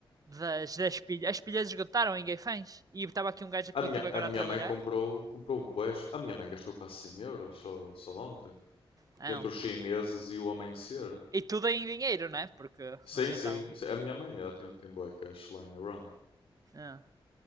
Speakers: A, on the right; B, on the left.
A: das, das pilhas. As pilhas esgotaram em Gaifães. E estava aqui um gajo
B: A
A: que
B: minha,
A: eu tive agora
B: a minha
A: a trabalhar.
B: mãe comprou, comprou bués. A minha mãe gastou quase 100 euros só, só ontem.
A: Não.
B: Entre os chineses e o amanhecer.
A: E tudo em dinheiro, né? Porque
B: Sim,
A: não aceitavam.
B: sim, sim, A minha mãe, ela tem, tem bué cash lá em Iran.
A: Ah,